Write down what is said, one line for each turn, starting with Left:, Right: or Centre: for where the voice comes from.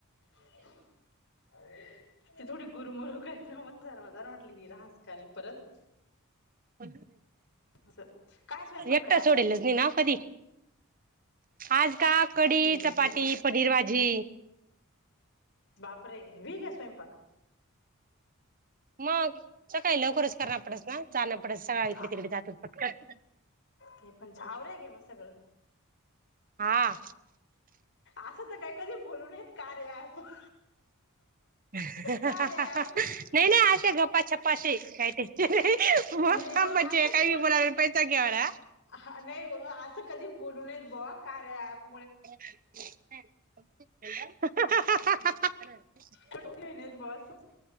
Left: <inaudible> ते थोडी गुरमरुख <inaudible> क मजार -मजार म्हटली हि रास का आणि परत
Right: <inaudible>
Left: असं काय स्वयंपाक
Right: एकटा
Left: काय आज
Right: सोडेलच नाव कधी. आज का कढी,
Left: ते विषय
Right: चपाती,
Left: ब
Right: पनीर भाजी,
Left: बापरे व्ही ग्या स्वयंपाक?
Right: मग सकाळी लवकरच करणार पडस ना जाण पड सकाळ इकडे
Left: आ,
Right: तिकडे जातात पट पट.
Left: ते पण आवराय घे म सगळं.
Right: हा
Left: असं तर काय कधी बोलूनेत कार्या ॲप <inaudible>
Right: <inaudible> नाही
Left: कार्या ॲप
Right: -नाही अस्या गप्पा छप्पाशीे काय ते मग
Left: नाही
Right: खांबाचे
Left: व असं
Right: काही
Left: बोल
Right: बोला पैसा घेवा
Left: हा नाही असं कधी बोलू नयेत बुवा कार्या ॲप
Right: <inaudible>
Left: परठे होण्या बस